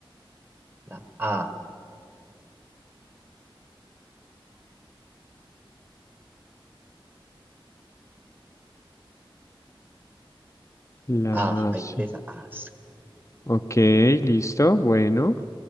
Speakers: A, on the right; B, on the left.
A: La A.
B: La
A: A,
B: A,
A: hay
B: sí.
A: tres A's.
B: Ok, listo. Bueno,